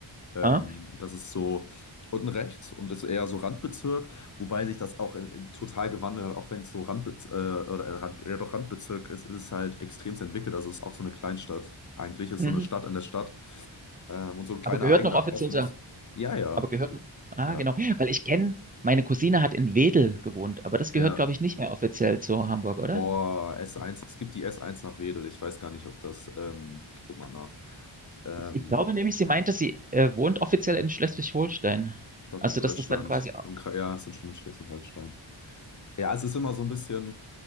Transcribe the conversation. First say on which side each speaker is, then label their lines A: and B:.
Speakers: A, on the left; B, on the right.
A: Ähm,
B: Ah,
A: das ist so unten rechts und ist eher so Randbezirk, wobei sich das auch äh, total gewandelt hat, auch wenn es so Randbez äh, oder äh, Rand ja, doch Randbezirk ist, ist es halt extremst entwickelt. Also, es ist auch so eine Kleinstadt. Eigentlich ist
B: mhm.
A: so eine Stadt in der Stadt ähm, und so ein kleiner
B: Aber gehört
A: eigener
B: noch offiziell
A: Kosmos.
B: zur,
A: Ja, ja.
B: aber gehört, ah,
A: Ja,
B: genau, weil ich kenne, meine Cousine hat in Wedel gewohnt, aber das
A: ja.
B: gehört, glaube ich, nicht mehr offiziell zu Hamburg, oder?
A: Boah, S1, es gibt die S1 nach Wedel. Ich weiß gar nicht, ob das, ähm, ich guck mal nach. Ähm,
B: Ich, ich glaube nämlich, sie meinte, sie äh, wohnt offiziell in Schleswig-Holstein.
A: Ich glaube,
B: Also,
A: in Deutschland,
B: dass das dann quasi,
A: im Kra ja, es sind schon in Schleswig-Holstein. Ja, es ist immer so ein bisschen,